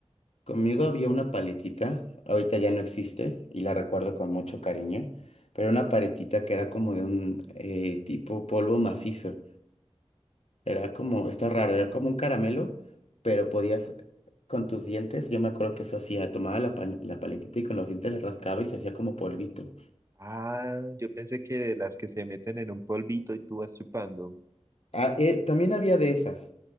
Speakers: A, on the left; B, on the right.
A: Conmigo había una paletita, ahorita ya no existe y la recuerdo con mucho cariño, pero era una paletita que era como de un eh, tipo polvo macizo. Era como, está raro, era como un caramelo, pero podías, con tus dientes, yo me acuerdo que eso hacía, tomaba la, pa- la paletita y con los dientes le rascaba y se hacía como polvito.
B: Ah, yo pensé que de las que se meten en un polvito y tú vas chupando.
A: Ah, eh, también había de esas,